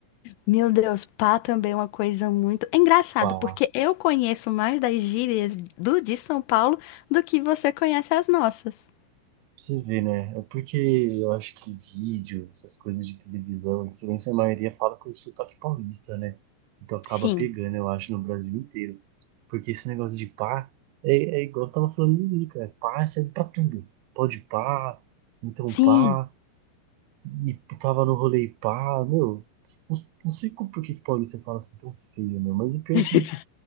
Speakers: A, on the left; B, on the right.
A: Meu Deus, pá também é uma coisa muito. É engraçado,
B: Pá
A: porque
B: lá. Pra
A: eu conheço mais das gírias do de São Paulo do que você conhece as nossas.
B: Você vê, né? É porque eu acho que vídeo, essas coisas de televisão, influência, a maioria fala com o sotaque paulista, né? Então acaba
A: Sim.
B: pegando, eu acho, no Brasil inteiro. Porque esse negócio de pá é, é igual eu tava falando do Zica. É pá serve pra tudo. Pode pá, então
A: Sim.
B: pá. E tava no rolê e pá, meu. Não não sei como, por que que paulista fala assim tão feio, meu. Mas o pior
A: <laughs>
B: é que